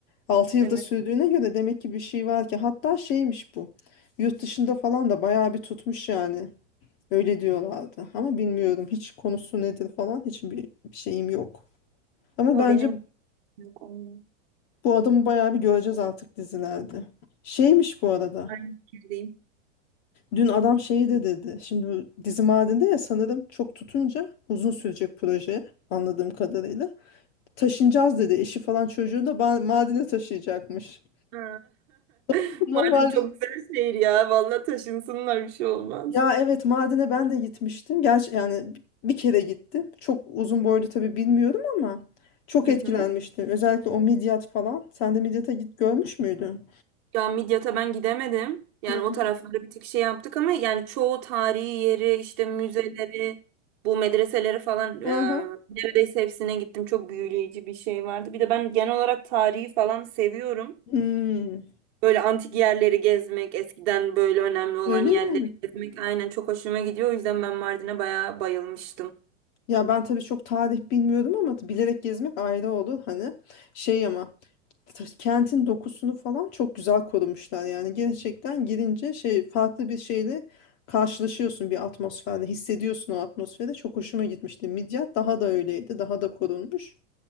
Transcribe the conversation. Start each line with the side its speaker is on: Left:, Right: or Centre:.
Left: 6 yılda
Right: Evet.
Left: sürdüğüne göre demek ki bir şey var ki hatta şeymiş bu. Yurt dışında falan da bayağı bir tutmuş yani. Öyle diyorlardı ama bilmiyorum hiç konusu nedir falan hiçbir bir şeyim yok. Ama
Right: O
Left: bence
Right: benim yok olmuyor.
Left: bu adamı bayağı bir göreceğiz artık dizilerde. Şeymiş bu arada.
Right: Aynı fikirdeyim.
Left: Dün adam şeyi de dedi. Şimdi bu dizi madinde ya sanırım çok tutunca uzun sürecek proje anladığım kadarıyla. Taşınacağız dedi. Eşi falan çocuğunu da ba- madine taşıyacakmış.
Right: Ha.
Left: <laughs>
Right: <laughs>
Left: Normalde
Right: Mardin çok güzel şehir ya. Vallahi taşınsınlar bir şey olmaz.
Left: Ya evet Mardin'e ben de gitmiştim. Gerçi yani bir kere gittim. Çok uzun boylu tabii bilmiyorum ama çok
Right: Hı
Left: etkilenmiştim.
Right: hı.
Left: Özellikle o Midyat falan. Sen de Midyat'a git görmüş müydün?
Right: Ya Midyat'a ben gidemedim. Yani
Left: Hı hı.
Right: o tarafları bir tık şey yaptık ama yani çoğu tarihi yeri işte müzeleri bu medreseleri falan e,
Left: Aha.
Right: neredeyse hepsine gittim. Çok büyüleyici bir şey vardı. Bir de ben genel olarak tarihi falan seviyorum.
Left: Hmm.
Right: Böyle antik yerleri gezmek, eskiden böyle önemli olan
Left: Öyle
Right: yerleri
Left: mi?
Right: gezmek aynen çok hoşuma gidiyor. O yüzden ben Mardin'e bayağı bayılmıştım.
Left: Ya ben tabii çok tarih bilmiyordum ama bilerek gezmek ayrı olur hani. Şey ama t- kentin dokusunu falan çok güzel korumuşlar. Yani gerçekten girince şey farklı bir şeyle karşılaşıyorsun bir atmosferle hissediyorsun o atmosferi. Çok hoşuma gitmişti. Midyat daha da öyleydi. Daha da korunmuş.